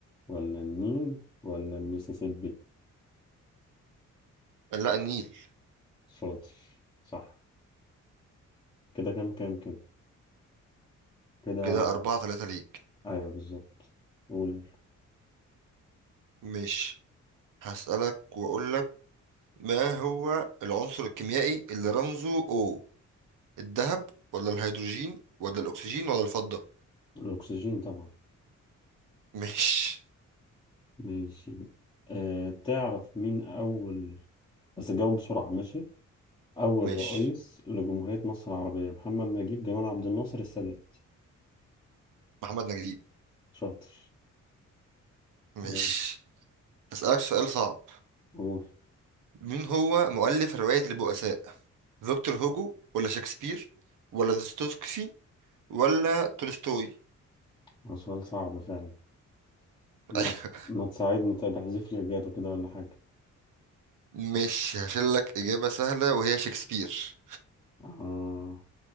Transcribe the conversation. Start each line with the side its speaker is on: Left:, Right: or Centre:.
Left: ولا النيل ولا الميسيسيبي
Right: لا النيل
Left: شاطر صح كده كام كام كده كده
Right: كده أربعة ثلاثة ليك
Left: أيوه بالظبط قول يلا.
Right: مش هسألك وأقولك ما هو العنصر الكيميائي اللي رمزه O الذهب ولا الهيدروجين ولا الأكسجين ولا الفضة
Left: الأكسجين طبعا
Right: <laughs> مش
Left: ماشي أه تعرف مين أول بس جاوب بسرعة ماشي أول
Right: مش
Left: رئيس لجمهورية مصر العربية محمد نجيب جمال عبد الناصر السادات
Right: محمد نجيب
Left: شاطر
Right: مش
Left: ماشي
Right: هسألك سؤال صعب
Left: قول
Right: مين هو مؤلف رواية البؤساء فيكتور هوجو ولا شكسبير ولا دوستويفسكي ولا تولستوي
Left: هو سؤال صعب فعلا ما
Right: <laughs> أيوة.
Left: ما تساعدني طيب احذف لي إجابة كده ولا حاجة
Right: مش هشيل لك إجابة سهلة وهي شكسبير
Left: آه